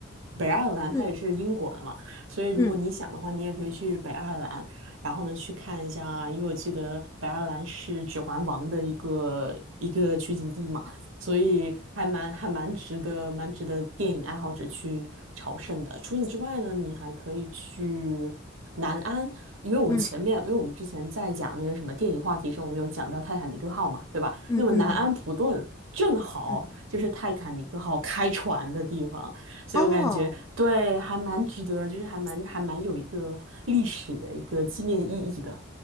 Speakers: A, on the right (about 75°); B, on the left (about 15°).
A: 北爱尔兰它也是英国的嘛，
B: 嗯
A: 所以如果你想的话，
B: 嗯
A: 你也可以去北爱尔兰，然后呢去看一下，因为我记得北爱尔兰是《指环王》的一个一个取景地嘛。所以还蛮还蛮值得，蛮值得电影爱好者去朝圣的。除此之外呢，你还可以去南安，因为我们前面，
B: 嗯
A: 因为我们之前在讲那个什么电影话题时候，我们有讲到《泰坦尼克号》嘛，对吧？
B: 嗯嗯嗯嗯嗯，
A: 那么南安普顿正好就是泰坦尼克号开船的地方，
B: 嗯
A: 所以我感觉对，
B: 哦。
A: 还蛮值得，就是还蛮还蛮有一个历史的一个纪念意义的，